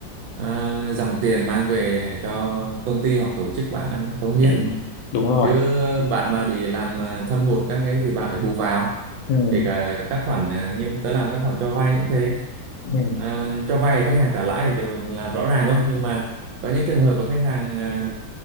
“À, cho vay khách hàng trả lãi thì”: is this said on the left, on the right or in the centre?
Right